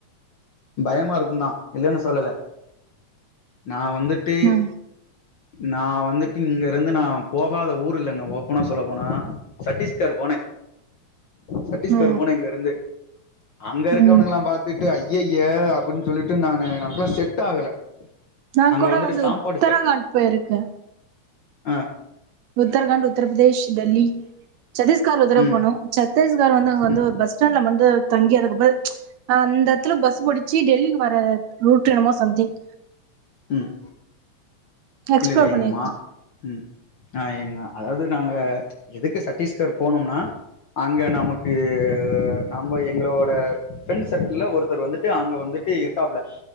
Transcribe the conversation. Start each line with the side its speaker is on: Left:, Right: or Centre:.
Left: பயமா இருக்குந்தா இல்லன்னு சொல்லல நா வந்துட்டு
Right: ம்
Left: நா வந்துட்டு இங்க இருந்து நா போகாத ஊர் இல்லங்க ஓபனா சொல்ல போனா சட்டீஸ்கர் போனே சட்டீஸ்கர்
Right: ம்
Left: போனெ இங்க இருந்து அங்க இருக்கவனுங்கல்லா
Right: ம்
Left: பாத்துட்டு ஐய்அய்ய அப்பிடின்னு சொல்லிட்டு நானு நமக்கெல்லா செட் ஆகல
Right: நா
Left: அங்க
Right: கூட
Left: வந்துட்டு
Right: வந்து
Left: சாப்பாடு
Right: உத்தரகாண்ட்
Left: செட்
Right: போயிருக்கே
Left: ஆ
Right: உத்தரகாண்ட் உத்திரப்பிரதேஷ் டெல்லி சத்தீஸ்கார் ஒரு தரவ
Left: ம்
Right: போனோ சத்தீஸ்கார் வந்து அங்க வந்து
Left: ம்
Right: ஒரு பஸ் ஸ்டாண்ட்ல வந்து தங்கி அதுக்கப்பெ அந்தத்துல பஸ் புடிச்சி டெல்லிக்கு வர ரூட்ன்னமோ சம்திங்
Left: ம்
Right: எக்ஸ்ப்ளோர்
Left: இல்ல இல்ல எங்க
Right: பண்ணிருக்கே
Left: மா ம் ஆ எங்க அதாவது நாங்க எதுக்கு சட்டீஸ்கர் போனோம்னா அங்க நமக்கு நம்ம எங்களோட ஃப்ரெண்ட் சர்க்கிள்ல ஒருத்தர் வந்துட்டு அங்க வந்துட்டு இருக்காப்புல